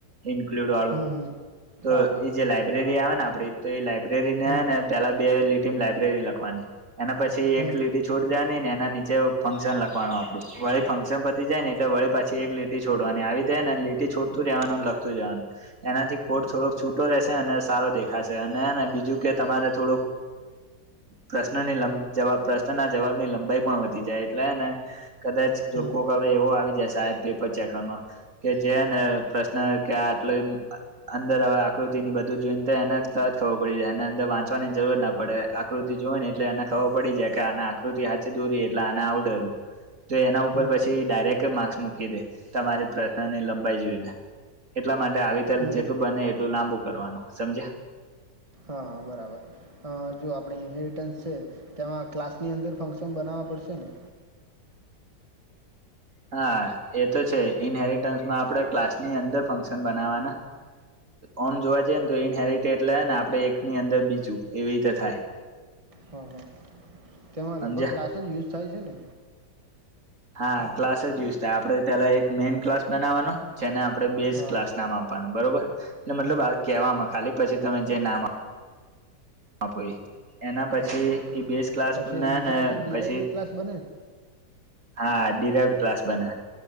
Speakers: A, on the right; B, on the right.
A: ઇન્ક્લુડ વાળું
B: હમ હમ
A: તો
B: હા હા
A: એ જે લાઈબ્રેરી આવે ને આપડી તો એ લાઈબ્રેરી
B: હમ
A: ને ને પેલા બે લીટીમા લાઈબ્રેરી લખવાની એના પછી
B: હમ
A: એક લીટી છોડ દેવાની ને એના નીચે ફંક્શન લખવાનું આપડું વાળ ફંક્શન પ જાય ને એટલે વળી પાછી એક લીટી છોડવાની આવી જાય ને લીટી છોડતું જવાનું લખતું જવાનું એનાથી કોટ થોડોક છૂટો રહેશે અને સારો દેખાશે અને બીજું કે તમારે થોડુંક પ્રશ્નની જવાબ પ્રશ્નના જવાબની લંબાઈ પણ વધી જાય એટલે હેને કદાચ
B: હમ
A: જો કોકવે એવો આવી જાય સાહેબ પેપર ચેકરમાં કે જે ને પ્રશ્ન કે આટલો અંદર હવે આકૃતિ ની બધું જોઈને તો એને તરત ખબર પડી એને અંદર વાંચવાની જરૂર ના પડે આકૃતિ જોય ને એટલે એને ખબર પડી જાય કે આ આકૃતિ હચ દોરી એટલે આને આવડે તો એના ઉપર
B: હમ
A: પછી ડાયરેક્ટ માર્ક્સ મૂકી દે તમારી પ્રશ્નની લંબાઈ જોઈને એટલા માટે આવીતેલ
B: હમ
A: જેટલું બને એટલું લાંબુ કરવાનું સમજ્યા?
B: હા બરાબર અ જો આપણે હેરિટેન્સ છે તેમાં ક્લાસની અંદર ફંક્શન બનાવવા પડશે ને?
A: હા એ તો છે ઇન હેરિટન્સમાં આપણે ક્લાસ ની અંદર ફંક્શન બનાવવાના આમ જોવા જઈએ ને તો ઇન હેરિટેટ લે ને આપડે એકની અંદર બીચું એવી રીતે થાય.
B: હ હ તેમાં
A: સમજ્યા
B: લગભગ ક્લાસ જ યુઝ થાય છે ને?
A: હા ક્લાસ જ યુઝ થાય આપડે પેલા એક મેઈન ક્લાસ બનાવવાનો જેને આપડે બેઝ
B: હા
A: ક્લાસ નામ આપવાનું બરોબર એટલે મતલબ
B: હમ
A: આ કેહેવામાં ખાલી પછી તમે જે નામ હા પાઇ એના પછી
B: હા હા
A: એ બેસ ક્લાસ
B: પછી
A: ને
B: બીજા
A: ને
B: જે ડિરાઈવડ
A: પછી
B: ક્લાસ બને ને
A: હા ડિરાઇવડ ક્લાસ બનાયા,